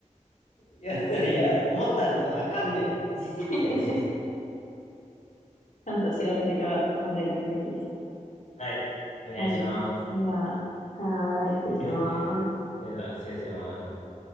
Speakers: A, on the left (about 65°); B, on the left (about 90°).
A: <laughs> いや、いや、思ったんとあかんねん。事実や、
B: <laughs>
A: 事実。
B: ちゃんと調べてから問題出すべきでしたね。
A: はい。お願いします。
B: はい。じゃあ、はーい。失礼します。
A: <laughs> では、失礼します。